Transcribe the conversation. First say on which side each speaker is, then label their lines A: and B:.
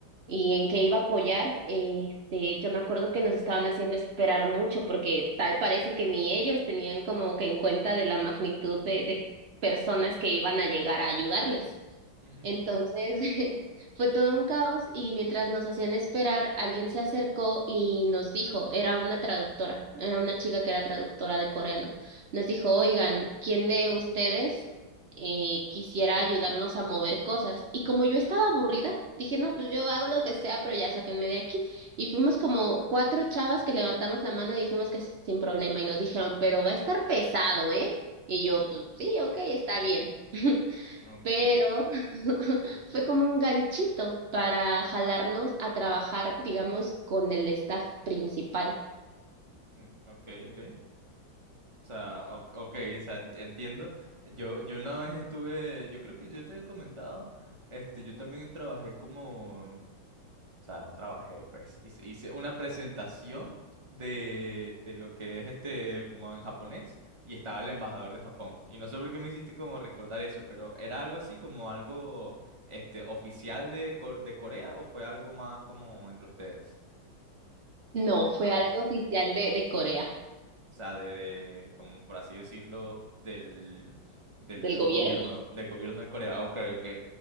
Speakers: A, on the right; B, on the right.
A: y en qué iba a apoyar, este, yo me acuerdo que nos estaban haciendo esperar mucho porque tal parece que ni ellos tenían como que en cuenta de la magnitud de, de personas que iban a llegar a ayudarles.
B: Ujú.
A: Entonces, <laughs> fue todo un caos y mientras nos hacían esperar, alguien se acercó y nos dijo, era una traductora, era una chica que era traductora de coreano, nos dijo, oigan, ¿quién de ustedes eh, quisiera ayudarnos a mover cosas? Y como yo estaba aburrida, dije, no, pues yo hago lo que sea, pero ya sáquenme de aquí. Y fuimos como cuatro chavas que levantamos la mano y dijimos que sin problema y nos dijeron, pero va a estar pesado, ¿eh? Y yo, pues sí, ok, está bien. <laughs>
B: Ok,
A: pero <laughs> fue como un ganchito para jalarnos a trabajar, digamos, con el staff principal.
B: mm, ok, ok. O sea, o- ok, o sea, ent- entiendo. Yo, yo una vez estuve, yo creo que yo te había comentado, este, yo también trabajé como, mm, o sea, no trabajé, pues, hice, hice una presentación de, de lo que es este, como en japonés, y estaba el embajador de Japón. Y no sé por qué me hiciste como recordar eso, pero ¿era algo así, como algo, este, oficial de, Co- de Corea o fue algo más como entre ustedes?
A: No,
B: Como algo
A: fue
B: más.
A: algo oficial de, de Corea,
B: O sea, de, de, como por así decirlo, del, del
A: del gobierno.
B: gobierno, del gobierno de Corea. Ok, ok,